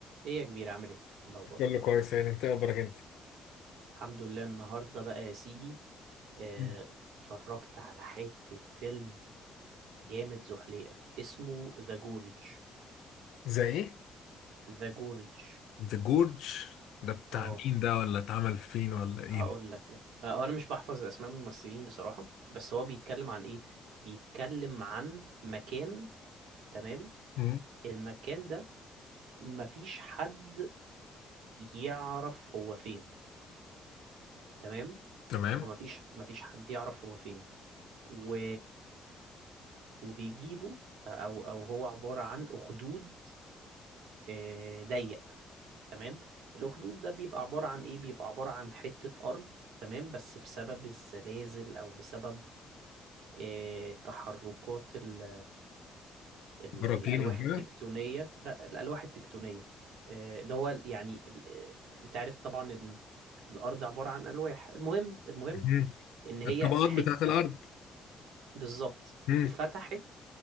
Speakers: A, on the right (about 80°); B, on the left (about 85°).
A: ايه يا كبير عامل ايه إيه الاخبار
B: كله كويس يعني انت إيه اخبارك انت
A: الحمد لله النهارده بقى يا سيدي آه،
B: مم.
A: اتفرجت على حتة فيلم جامد زحليقة اسمه ذا جورج
B: زي ايه؟
A: ذا جورج
B: ذا جورج ده بتاع
A: اه
B: مين ده ولا اتعمل فين ولا ايه؟
A: هقول لك آه، هو انا مش بحفظ اسماء الممثلين بصراحة بس هو بيتكلم عن ايه بيتكلم عن مكان تمام
B: مم.
A: المكان ده مفيش حد يعرف هو فين تمام
B: تمام
A: ومفيش مفيش حد يعرف هو فين و وبيجيبوا او او هو عباره عن اخدود آه، ضيق تمام الاخدود ده بيبقى عباره عن ايه بيبقى عباره عن حته ارض تمام بس بسبب الزلازل او بسبب آه، تحركات ال ال
B: براكين
A: الالواح
B: وكده
A: التكتونيه ده الالواح التكتونيه آه، اللي هو يعني ال- آه، انت عارف طبعا ان الارض عباره عن الواح المهم المهم
B: مم.
A: ان هي
B: الطبقات
A: حته
B: بتاعت الارض
A: بالظبط
B: مم.
A: اتفتحت